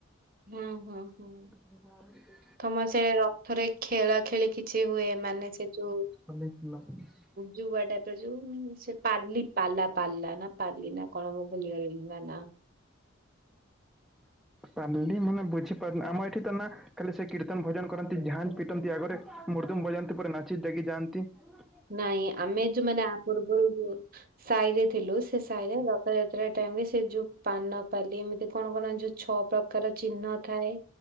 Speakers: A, on the right; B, in the centre.
A: ଓଃ ହଉ
B: <inaudible>
A: ତମର ସେ ରଥରେ ଖେଳାଖେଳି କିଛି ହୁଏ? ମାନେ ସେ ଯୁ
B: <unintelligible>
A: ଯୁଆ ଟାଇପର ଯୁ ସେ ପାଲି ପାଲା ପାଲା ନା ପାଲି ନା କଣ ମୁଁ ଭୁଲିଗଲିଣି ତା ନାଁ।
B: ପାଲି ମାନେ ବୁଝି ଆମ ଏଠି ତ ନା ଖାଲି ସେ କୀର୍ତନ ଭଜନ କରନ୍ତି ଝାଞ ପିଟନ୍ତି ଆଗରେ ମୁର୍ଦାଙ୍ଗ ବଜାନ୍ତି ପରେ ନାଚି ଜାଗି ଯାଆନ୍ତି ତି
A: ନାଇଁ ଆମେ ଯଉ ମାନେ ୟା ପୂର୍ବରୁ ଯଉ ସାହି ରେ ଥିଲୁ ସେ ସାହି ରେ ରଥଯାତ୍ରା ଟାଇମ ରେ ସେ ଯଉ ପାନପାଲି ଏମିତି କଣ ବନାନ୍ତି ଯୋଉ ଛପ ପ୍ରକାର ଚିହ୍ନ ଥାଏ